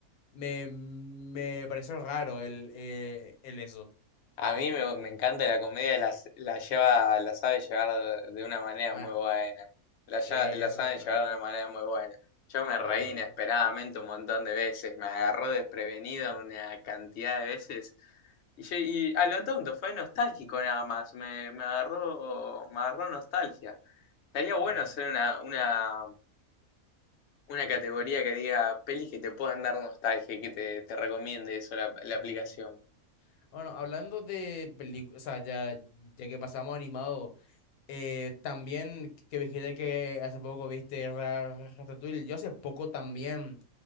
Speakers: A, on the left; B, on the left.
A: Me, me pareció raro el, eh, el eso.
B: A mí me, me encanta la comedia, la, la lleva, la sabe llevar de, de una manera
A: Bueno,
B: muy buena. La,
A: sí,
B: lla-
A: eso,
B: la saben llevar
A: eh,
B: de una manera muy buena. Yo me reí
A: claro.
B: inesperadamente un montón de veces, me agarró desprevenido una cantidad de veces. Y, yo- y a lo tonto, fue nostálgico nada más, me, me agarró, me agarró nostalgia. Estaría bueno
A: sí,
B: hacer una, una, una categoría que diga pelis que te puedan dar nostalgia y que te, te recomiende eso la, la
A: sí.
B: aplicación.
A: Bueno, hablando de películas, o sea, ya, ya que pasamos a animado, eh, también que dijiste que hace poco viste Ra- Ratatouille, yo hace poco también